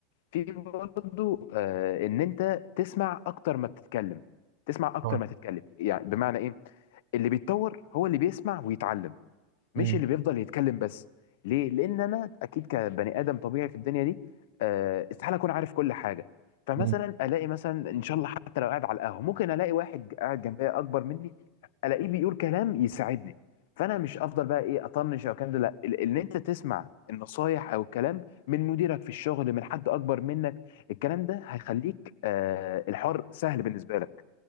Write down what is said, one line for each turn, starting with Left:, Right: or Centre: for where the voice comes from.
Left: في برضه آه، ان انت تسمع اكتر ما بتتكلم تسمع اكتر
Right: اه
Left: ما تتكلم يعني بمعنى ايه اللي بيتطور هو اللي بيسمع ويتعلم مش
Right: امم
Left: اللي بيفضل يتكلم بس ليه لان انا اكيد كبني ادم طبيعي في الدنيا دي آه، استحاله اكون عارف كل حاجه فمثلا
Right: امم
Left: الاقي مثلا ان شاء الله حتى لو قاعد على القهوه ممكن الاقي واحد قاعد جنبي اكبر مني الاقيه بيقول كلام يساعدني فانا مش افضل بقى ايه اطنش او الكلام ده لا ال- ان انت تسمع النصايح او الكلام من مديرك في الشغل من حد اكبر منك الكلام ده هيخليك آه، الحوار سهل بالنسبه لك